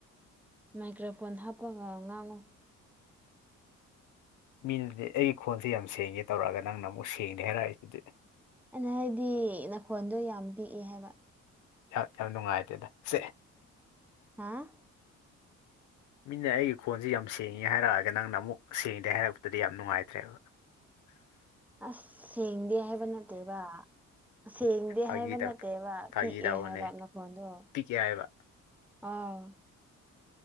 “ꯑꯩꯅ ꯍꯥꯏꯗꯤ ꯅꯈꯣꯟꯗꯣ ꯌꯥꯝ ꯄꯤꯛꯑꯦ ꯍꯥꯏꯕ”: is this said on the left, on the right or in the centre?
Centre